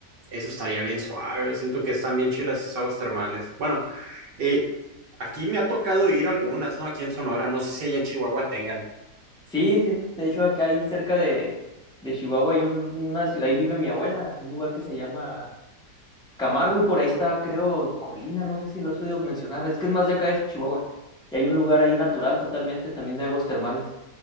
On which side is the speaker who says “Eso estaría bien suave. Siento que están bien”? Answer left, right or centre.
Right